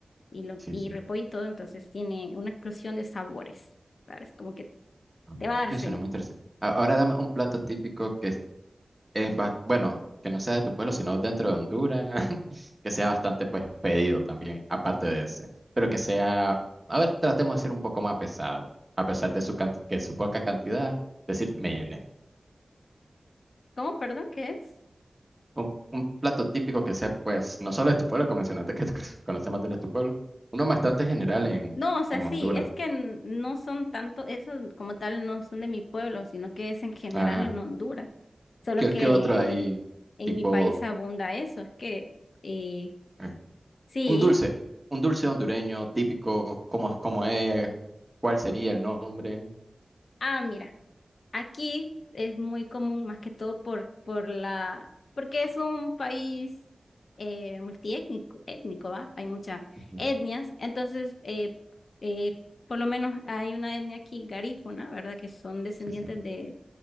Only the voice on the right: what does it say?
Sí,
sí.
Mm.
Ok,
suena muy interesante. A- Ahora dame un plato típico que es ba- bueno, que no sea de tu pueblo, sino dentro de Honduras, <laughs> que sea bastante pues pedido también, aparte de ese, pero que sea, a ver, tratemos de ser un poco más pesado, a pesar de su canti- que su poca cantidad, decir, me llené.
Un, un plato típico que sea pues, no solo de tu pueblo, como mencionaste que <laughs> conoce más de los tu pueblo, uno bastante general en,
en
Honduras.
Ah,
¿qué,
qué otro hay?
Tipo,
eh,
un dulce, un dulce hondureño típico, ¿cómo, cómo es? ¿Cuál sería el nombre?
Ujú.
Sí, sí,